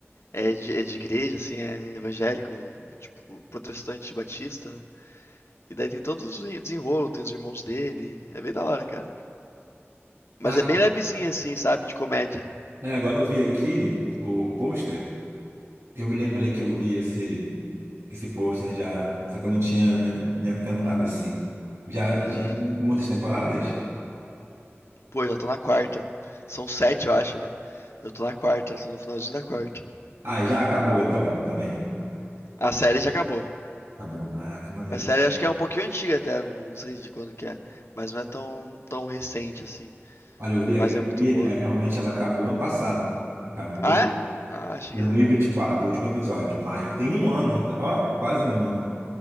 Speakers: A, on the left (about 65°); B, on the right (about 75°).
A: é, de, é de igreja, assim, é evangélico, tipo, protestante batista. E daí tem todos os desenrolos, tem os irmãos dele. É bem da hora, cara. Mas
B: Ah,
A: é bem levezinho, assim, sabe? De comédia.
B: é, agora eu vi aqui o pôster. Eu me lembrei que eu vi esse, esse pôster já, só que eu não tinha me, me atentado assim. Já,
A: Hum,
B: já tem muitas temporadas?
A: Pô, já tô na quarta. São sete, eu acho, né? Eu tô na quarta, tô no finalzinho da quarta.
B: Ah, já acabou então, também.
A: A série já acabou.
B: Acabou. Ah, que maneiro.
A: A série acho que é um pouquinho antiga até, não sei de quando que é. Mas não é tão, tão recente assim.
B: Olha, eu vi
A: Mas
B: aqui,
A: é muito boa.
B: né, realmente ela acabou ano passado. Acabou
A: Ah, é? Ah, achei
B: em 2024,
A: que. é.
B: o último episódio, maio. Tem um ano, né? ó, quase um ano.